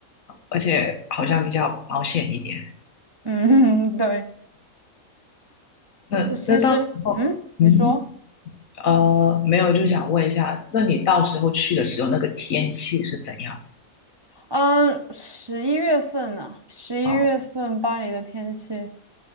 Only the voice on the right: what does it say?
嗯，<laughs> 对。
我其实，嗯，你说，
嗯，十一月份呢、十一月份巴黎的天气